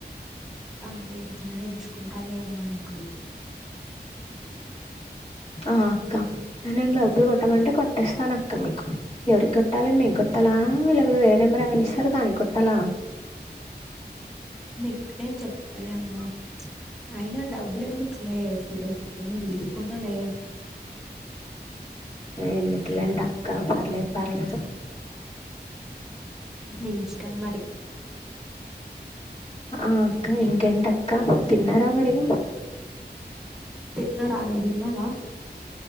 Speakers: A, in the centre; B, on the left (about 35°).
A: ఆ వేరే కలరే తీసుకుంటాలె అమ్మా నీకు
B: ఆ అక్క నేను డబ్బులు కొట్టమంటే కొట్టేస్తానక్క మీకు ఎవరికి కొట్టాలి మీకు కొట్టాలా లేకపోతే వేరే నెంబరు ఏమనా ఇస్తార దానికి కొట్టాలా
A: నిక్ నేన్ చెప్తలే అమ్మా అయినా డబ్బులు ఎందుకులే చీరందండి కుంటలే
B: ఎందుకులెండక్క పర్లేదు పర్లేదు
A: నీ ఇష్టం మరి
B: ఆ అక్క ఇంకేంటక్క తిన్నారా మరి
A: తిన్నారా నువ్ తిన్నవా